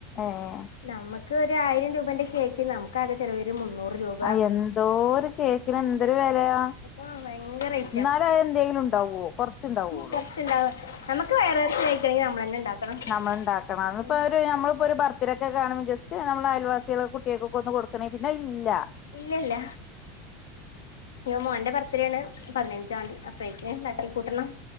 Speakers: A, on the left; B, on the left.
A: ഏഹ്
B: നമ്മക്ക് ഒരു ആയിരം രൂപന്റെ കേക്കിന് നമുക്കാകെ ചെലവ് വരാ മുന്നൂറ് രൂപ
A: ആഹ് എന്തോരു കേക്കിന് എന്തൊരു വെലയാ
B: ആ ഭയങ്കര റേറ്റ
A: എന്നാലും അത് എന്തെങ്കിലും ഉണ്ടാവോ കൊറച്ചുണ്ടാവുള്ളൂ
B: കൊറച്ചണ്ടാവ നമുക്ക് വയറ്നെറയെ ഞ്ഞ നമ്മളന്നേ ഇണ്ടാക്കണം
A: നമ്മള്ണ്ടാക്കണം അത്
B: ഉം
A: ഇപ്പൊ ഒരു നമ്മളിപ്പോ ഒരു ബർത്ത്ഡേക്കൊക്കെ വേണം ജസ്റ്റ് നമ്മള് അയൽവാസികൾ കുട്ടിയേക്കൊക്കെ ഒന്ന് കൊടു ണെ പിന്നയില്ല
B: ഇല്ലല്ല മോന്റെ ബർത്ത്ഡേ ആണ് പതിനഞ്ചാന്തി അപ്പഴേക്ക് തട്ടി കൂട്ടണം